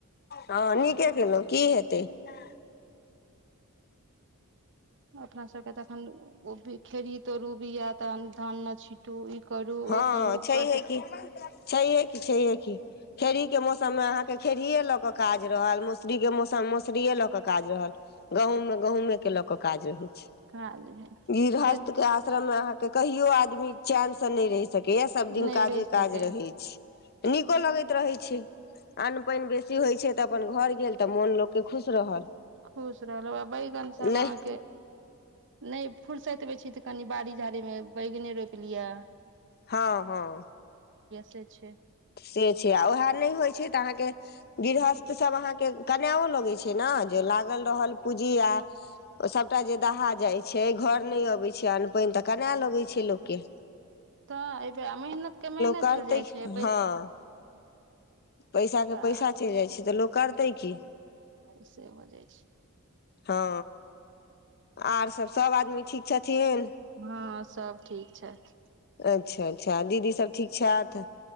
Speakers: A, on the left; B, on the right.
A: हँ नीके केलहुँ की हेतय ह
B: अपना सबके तऽ एखन खेड़ही तरू बिया तहन धान न छीटू ई करू
A: हंअ्
B: ओ करू
A: छैइ
B: बड्ड
A: हे कि छैइ ह कि छैइ हे कि खेरही के मौसम में अहाँके खेरहिये लऽ कऽ काज रहल मसरीके मौसममे मौसुरिए लऽ कऽ काज रहल गहूम में गहूमे के लऽ के काज रहै छै
B: काज भेल
A: गृहस्थ
B: खेत
A: के आश्रम में अहाँ के कहियो आदमी चैन से नहि रहि सकैय सब
B: नहि
A: दिन काजे
B: रहि सकै
A: काज रहै छैय नीको लगैत रहैत छैय अन्न पानि बेसी होइत छैइ तऽ अपन घर गेल तऽ मोन लोकके खुश रहल
B: खुश रहलहु आ बैगन सब
A: नहि
B: अहाँके नई फूरसत में छी तऽ कनि बाड़ी झाड़ी में बैगने रोपि लियअ
A: हां हां
B: से छै
A: से छैय आ उएह नहि होइ छैइ तऽ अहाँके गृहस्थ सब अहाँके कनाओ ल न जे लागल रहल पूंजी आ ओ सबटा जे दहा जाय छैय घर नई अबैइ छैइ अन्न पानि तऽ कनाए लगैइ छैइ लोगके
B: तऽ एबै मेहनत के मेहनत
A: करतै
B: चलि जाइ छैय
A: हँ पैसा के
B: आ
A: पैसा चलि जाइ छैइ तऽ लोक करतै की
B: तऽ से ब जाै छै
A: हँ आर सभ सभ आदमी ठीक छथिन
B: हँ सब ठीक छथि
A: अच्छा अच्छा दीदी सब ठीक छथ